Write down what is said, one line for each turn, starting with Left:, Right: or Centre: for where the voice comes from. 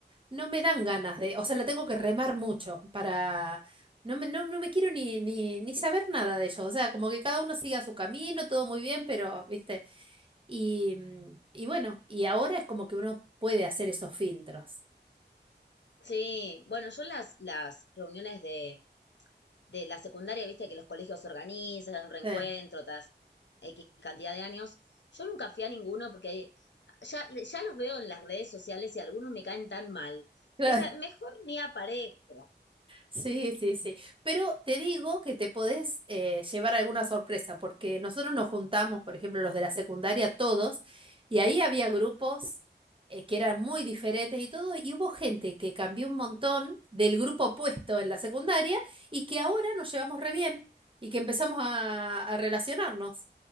Right: no me dan ganas de, o sea, la tengo que remar mucho para, no me, no, no me quiero ni, ni, ni saber nada de ellos, o sea, como que cada uno siga su camino, todo muy bien, pero, ¿viste? Y, mm, y bueno, y ahora es como que uno puede hacer esos filtros.
Left: Sí, bueno, yo las, las reuniones de, de la secundaria, viste que los colegios organizan, reencuentro,
Right: Eh,
Left: tras X cantidad de años. Yo nunca fui a ninguno porque ya, ya los veo en las redes sociales y algunos me caen tan mal
Right: <laughs> claro.
Left: que esa- mejor ni aparezco.
Right: Sí, sí, sí. Pero te digo que te podés eh, llevar alguna sorpresa, porque nosotros nos juntamos, por ejemplo, los de la secundaria, todos, y ahí había grupos eh, que eran muy diferentes y todo, y hubo gente que cambió un montón del grupo opuesto en la secundaria y que ahora nos llevamos re bien y que empezamos a, a relacionarnos.